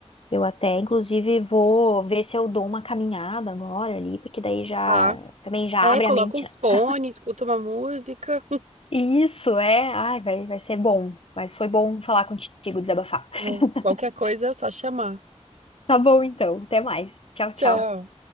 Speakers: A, on the left; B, on the right.
A: Eu até, inclusive, vou ver se eu dou uma caminhada agora ali, porque daí já
B: Tá.
A: também já
B: É,
A: abre
B: coloca
A: a mente,
B: um
A: né?
B: fone, escuta uma música,
A: Isso, é. Ai, vai, vai ser bom. Mas foi bom falar contigo, desabafar.
B: <laughs>
A: <laughs>
B: qualquer coisa é só chamar.
A: Tá bom, então. Até mais. Tchau,
B: Tchau.
A: tchau.